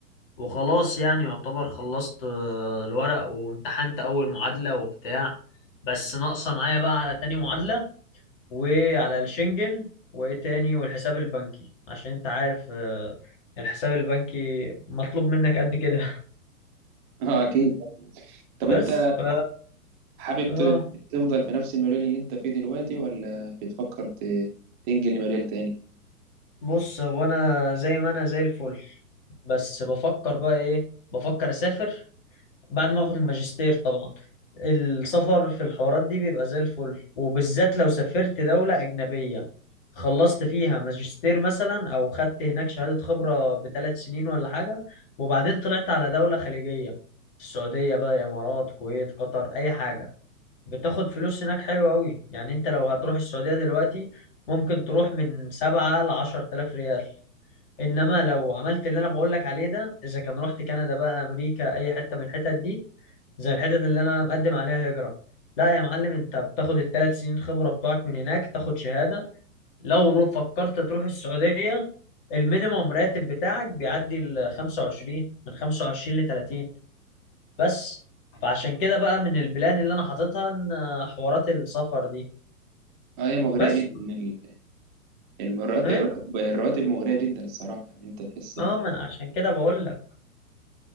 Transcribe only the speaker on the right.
<laughs> اه اكيد طب
انت
حابب
ت- تفضل في نفس المجال اللي انت فيه دلوقتي ولا بتفكر ت- تنجل لمجال تاني
اه هي مغرية
جدا ال- المرات
الراتب الرواتب مغرية جدا الصراحة يعني انت تحس ان